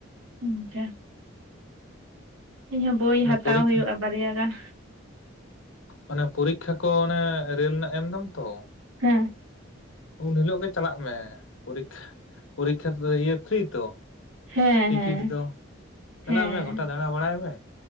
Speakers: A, on the right (about 85°); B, on the left (about 80°).
A: <unintelligible> ᱤᱧᱦᱚᱸ ᱵᱳᱭ
B: ᱚᱱᱮ
A: ᱦᱟᱛᱟᱣ
B: ᱯᱚᱨᱤᱠᱠᱷᱟ
A: ᱦᱩᱭᱩᱜᱼᱟ ᱵᱟᱨᱭᱟ ᱜᱟᱱ᱾
B: ᱚᱱᱮ ᱯᱚᱨᱤᱠᱷᱟ ᱠᱚ ᱚᱱᱮ ᱨᱮᱞ ᱨᱮᱱᱟᱜ ᱮᱢᱫᱟᱢ ᱛᱚ
A: ᱦᱮᱸ
B: ᱩᱱ ᱦᱤᱞᱳᱜ ᱜᱮ ᱪᱟᱞᱟᱜ ᱢᱮ ᱯᱚᱨᱤᱠᱷᱟ ᱯᱚᱨᱤᱠᱷᱟ ᱛᱮᱫᱚ ᱤᱭᱟᱹ ᱯᱷᱨᱤ ᱛᱚ
A: ᱦᱮᱸ
B: ᱴᱤᱠᱤᱴ
A: ᱦᱮᱸ
B: ᱫᱚ ᱪᱟᱞᱟᱜ
A: ᱦᱮᱸ
B: ᱢᱮ ᱜᱚᱴᱟ ᱫᱟᱰᱟ ᱵᱟᱲᱟᱭ ᱢᱮ